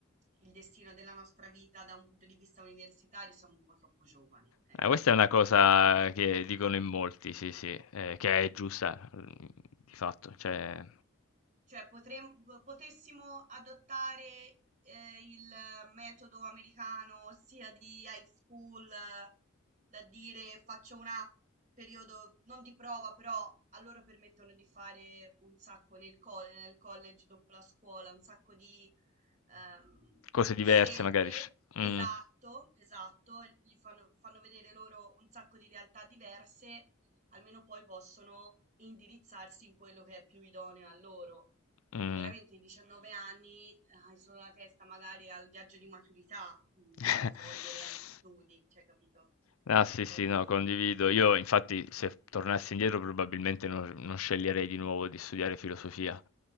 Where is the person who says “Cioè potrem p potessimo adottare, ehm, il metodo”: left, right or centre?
Right